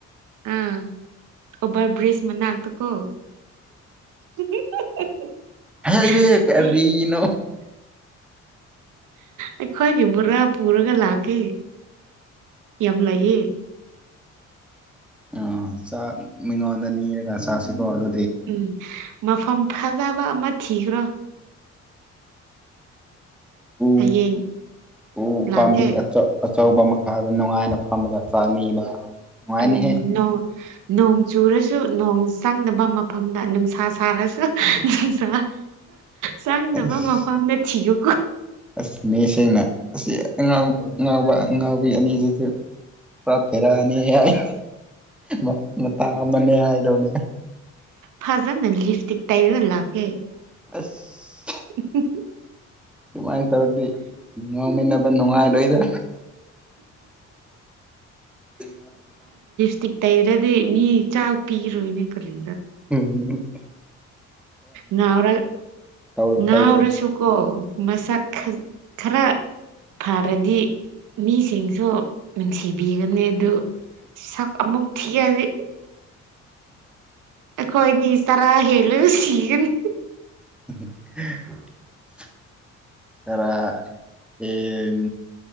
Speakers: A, on the right; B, in the centre.
A: ꯑꯥ ꯑꯣꯕꯔ ꯕ꯭ꯔꯤꯖ ꯃꯅꯥꯛꯇꯀꯣ <unintelligible>
B: ꯍꯥꯏꯔꯦ ꯀꯔꯤꯅꯣ
A: ꯑꯩ ꯑꯩꯈꯣꯏꯒꯤ ꯕꯨꯔꯥ ꯄꯨꯔꯒ ꯂꯥꯛ ꯀꯦ ꯌꯝ ꯂꯩꯌꯦ
B: ꯑꯣ ꯆꯥꯛ ꯃꯤꯉꯣꯟꯗ ꯅꯤꯔꯒ ꯆꯥꯁꯤꯀꯣ ꯑꯗꯨ
A: ꯎꯝ ꯃꯐꯝ ꯐꯖꯕ ꯑꯃ ꯊꯤꯈ꯭ꯔꯣ
B: ꯎ
A: ꯍꯌꯦꯡ
B: ꯎ
A: ꯂꯥꯛꯀꯦ
B: ꯄꯥꯝꯕꯤ ꯑꯆꯧ ꯑꯆꯧꯕ ꯃꯈꯥꯗ ꯅꯨꯡꯉꯥꯏꯅ ꯐꯝꯃꯒ ꯆꯥꯅꯤꯕ ꯅꯨꯡꯉꯥꯏꯅꯤꯍꯦ
A: ꯎꯝ ꯅꯣꯡ ꯅꯣꯡ ꯆꯨꯔꯁꯨ ꯅꯣꯡ ꯆꯪꯗꯕ ꯃꯐꯝꯗ ꯅꯨꯡꯁꯥ ꯁꯥꯔꯁꯨ ꯅꯨꯡꯁꯥ ꯆꯪꯗꯕ
B: ꯑꯁ
A: ꯃꯐꯝꯗ ꯊꯤꯌꯨ
B: ꯑꯁ ꯃꯤꯁꯤꯡꯅ ꯑꯁꯤ ꯑꯉꯥꯎꯕ ꯑꯥ ꯉꯥꯎꯕ ꯑꯉꯥꯎꯕꯤ ꯑꯅꯤꯁꯤꯗꯤ ꯄꯨꯔ ꯕꯦꯔꯅꯤ ꯍꯥꯏ ꯃ ꯃꯇꯥ ꯑꯃꯅꯤ ꯍꯥꯏꯗꯧꯅꯦ
A: ꯐꯖꯟ ꯅ ꯂꯤꯐꯇꯤꯛ ꯇꯩꯔꯒ ꯂꯥꯛꯀꯦ
B: ꯑꯁ
A: ꯎꯝꯍꯨꯝ ꯍꯨꯝ
B: ꯑꯗꯨꯃꯥꯏ ꯇꯧꯔꯗꯤ ꯉꯥꯡꯃꯤꯟꯅꯕ ꯅꯨꯡꯉꯥꯏꯔꯣꯏꯗ <unintelligible>
A: ꯇꯤꯛ ꯇꯩꯔꯗꯤ ꯃꯤ ꯆꯥꯛ ꯄꯤꯔꯣꯏꯅꯦ ꯀꯔꯤ
B: ꯎꯝ
A: ꯅꯥꯎꯔ
B: ꯇꯧꯗꯣꯏ
A: ꯅꯥꯎꯔꯁꯨꯨꯀꯣ ꯃꯁꯛ ꯈ ꯈꯔ ꯐꯔꯗꯤ ꯃꯤꯁꯤꯡꯁꯨ ꯅꯨꯡꯁꯤꯕꯤꯒꯅꯤ ꯑꯗꯨ ꯁꯛ ꯑꯃꯨꯛ ꯊꯤꯌꯥꯗꯤ ꯑꯩꯈꯣꯏꯅꯤ ꯆꯥꯔꯥ ꯍꯦꯜꯂꯨ ꯁꯤꯒꯅꯤ
B: ꯎꯝꯍꯨ ꯍꯥ ꯆꯔꯥ ꯍꯦꯟ